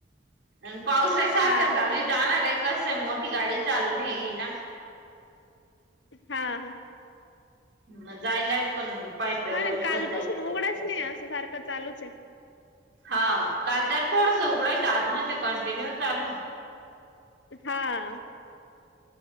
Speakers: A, on the right; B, on the left.
A: अन पाऊसय सारखा
B: हा
A: चालूय.
B: हा
A: जाणारय काय मोठी गाडी चालूू नाही हीना.
B: हा ह.
A: य जायलाय पण पाय पाय
B: हा
A: वल्ल
B: ना, कालपसून
A: होत जायचं
B: उघडाच
A: कधी
B: नाही असं, सारखं चालूचे.
A: हा काल तरी थोडंस उघडंयचा.
B: आहे
A: आज म्हणजे कंटिन्यू चालूय.
B: हा.